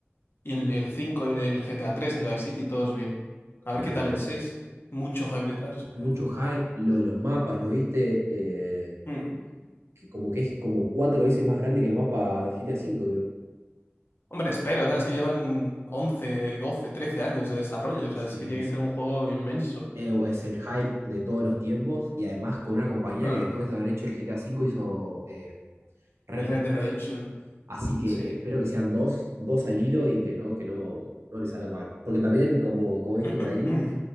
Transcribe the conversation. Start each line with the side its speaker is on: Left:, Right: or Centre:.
Left: Y el, el 5 el, el GTA 3 el Vice City, todos bien. A ver
Right: bien.
Left: qué tal el seis Mucho hype detrás ese
Right: Mucho
Left: juego.
Right: hype, lo de los mapas, ¿lo viste? Eh,
Left: Mm.
Right: que como que es como cuatro veces más grande que el mapa del G T A V, creo.
Left: Hombre, espero, o sea, es que llevan 11 12 13 años de desarrollo, o sea,
Right: Sí,
Left: es que tiene
Right: es,
Left: que ser un juego inmenso.
Right: eh, es el hype de todos los tiempos y además con una compañía
Left: <clears throat>
Right: que después de haber hecho el G T A V hizo eh, Red
Left: El Red
Right: Dead
Left: Dead Redemption,
Right: Redemption. Así que
Left: sí.
Right: eh, espero que sean dos, dos al hilo y que no, que no, no les salga mal. Porque también, como, como he visto
Left: <clears throat>
Right: por ahí,